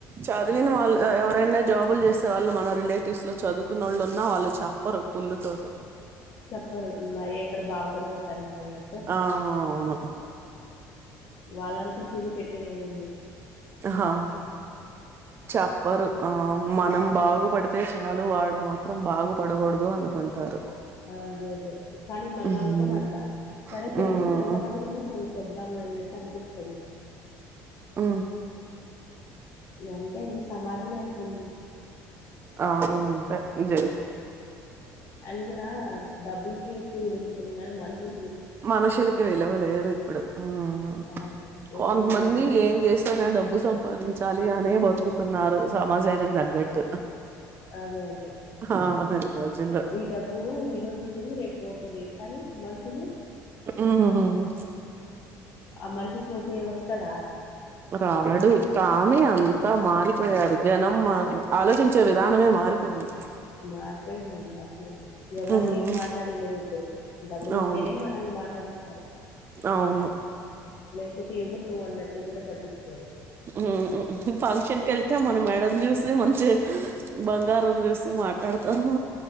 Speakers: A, on the right (about 35°); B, on the left (about 50°).
A: చదివిన వాళ్ ఎవరైన జాబులు చేసే వాళ్ళు మన రిలేటివ్స్ లో చదువుకున్న వాళ్ళు ఉన్నా వాళ్ళు చెప్పరు కుళ్ళు తోటి
B: చెప్పరు మరి ఎక్కడ బాగుపడిపోతారేమో అన్నట్టు
A: ఆ అవును
B: వాళ్ళంతా తిని పెట్టేదమున్నా
A: హా చెప్పరు ఆ మనం బాగుపడితే చాలు వాడు మాత్రం బాగుపడకూడదు అనుకుంటారు
B: ఆ అదే అదే కానీ మనం
A: హ్మ్
B: అనుకోమట్లా సరే
A: హ్మ్
B: తెలిసింది ఎంత మటుకును సరె చెబ్దం లే అన్నట్టు అనిపిస్తది
A: ఆ
B: అంతేఅండి సమాజమే అట్లుంది
A: ఆ అవును అంతే జ
B: అది కూడా డబ్బులక ఎక్కువ విలువ ఉంటుంది గానీ మనుషుల
A: మనుషులకి విలువ లేదు ఇప్పుడు ఉమ్
B: ఆ ఎప్పుడు
A: కొంతమంది
B: మన
A: ఏం చేస్తే నా డబ్బు సంపాదించు చాలి అనే బతుకుతున్నారు సమాజానికి తగ్గట్టు
B: అదే అండి
A: ఆ ఈ రోజుల్లో
B: ఈ డబ్బు ఈరోజు ఉంటుంది రేపు పోతది కానీ మనుషులు
A: ఊమ్
B: అ మనిషి పోతే వస్తాడా
A: రాడు తానే అంతా మారిపోయారు జనం ఆలోచించే విధానమే మా మారిపోయింది
B: మారిపోయిందండి అసలు ఎవరినేమ్
A: హ్మ్
B: మాట్లాడలేము ఇప్పుడు డబ్బులు
A: అవును
B: ఉంటేనే మనల్ని మాట్లాడిస్తారు
A: అవును
B: లేకపోతే ఎవరు నువ్వు అన్నట్టు కూడా పట్టించుకోరు
A: ఉ ఫంక్షన్ కెళ్తే మన మెడని చూసి మంచి బంగారం చూసి మాట్లాడుతాము